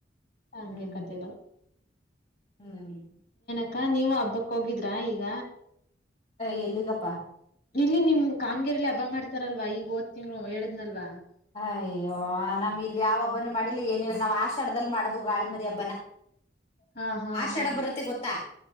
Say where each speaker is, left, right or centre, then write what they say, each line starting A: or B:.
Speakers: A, on the left; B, on the left.
A: ಹಂಗೆ
B: ಹ್ಮ್
A: ಕಥೆಗಳ್.
B: ಹ್ಮ್.
A: ಇಗ ನೀವು ಹಬ್ಬಕ್ ಹೋಗಿದ್ರಾ ಈಗ.
B: ಯ್ ಎಲ್ಲಿಗಪ್ಪಾ.
A: ಇಲ್ಲಿ ನಿಮ್ ಕಾಮ್ಗೆರೆಲಿ ಹಬ್ಬ ಮಾಡ್ತಾರಲ್ವಾ ಈಗ್ ಓದ್ ತಿಂಗ್ಳು ಹೇಳುದ್ನಲ್ಲ.
B: ಅಯ್ಯೋ ನಮ್ ಇಲ್ಲಿ ಯಾವ್ ಹಬ್ ಹಬ್ಬನು ಮಾಡಿಲ್ಲ ಏನಿಲ್ಲ ನಾವು ಆಷಾಡ್ದಲ್ ಮಾಡೋದು ಗಾಳಿ ಮರಿ ಹಬ್ಬನ.
A: ಹಾ ಹಾ
B: ಆಷಾಡ
A: ಹಾ
B: ಬರುತ್ತೆ ಗೊತ್ತಾ,